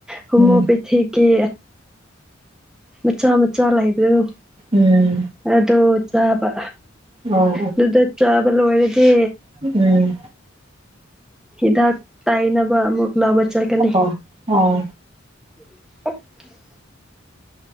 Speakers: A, in the centre; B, on the right.
A: ꯍꯣꯃꯤꯌꯣꯄꯦꯊꯤꯛ
B: ꯎꯝ
A: ꯀꯦ ꯃꯆꯥ ꯃꯆꯥ ꯂꯩꯕꯗꯨ
B: ꯎꯝ
A: ꯑꯗꯣ ꯆꯥꯕ
B: ꯑꯣ ꯑꯣ
A: ꯑꯗꯨꯗ ꯆꯥꯕ ꯂꯣꯏꯔꯗꯤ
B: ꯎꯝ
A: ꯍꯤꯗꯥꯛ ꯇꯥꯏꯅꯕ ꯑꯃꯨꯛ ꯂꯧꯕ ꯆꯠꯀꯅꯤ
B: ꯑꯣ ꯑꯣ
A: <inaudible>